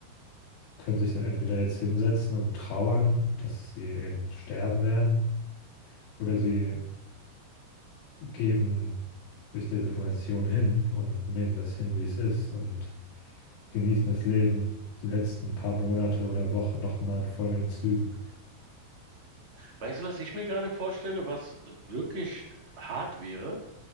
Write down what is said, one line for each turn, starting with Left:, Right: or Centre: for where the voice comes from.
Left: können sich dann entweder jetzt hinsetzen und trauern, dass sie eben sterben werden, oder sie geben sich der Situation hin und nehmen das hin, wie es ist und genießen das Leben die letzten paar Monate oder Wochen nochmal in vollen Zügen.
Right: Weißt du, was ich mir gerade vorstelle, was wirklich hart wäre?